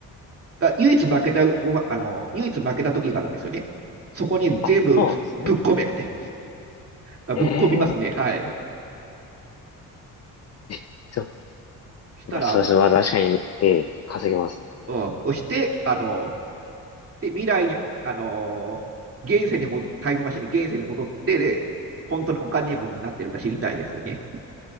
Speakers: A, on the right; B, on the left.
A: が唯一負けた、うまあの、唯一負けた時があるんですよね。そこに全部ぶっ込めって
B: あ、そうなんですね。
A: あ
B: ええ。
A: <laughs> ぶっ込みますね。はい。
B: <laughs> そう。
A: したらも
B: まあそうですね。まあ確かに、ええ、稼げますね。
A: う、うん。そして、あの、で、未来に、あのー現世にも、タイムマシンに現世に戻ってで、本当にお金持ちになってるか知りたいですよね。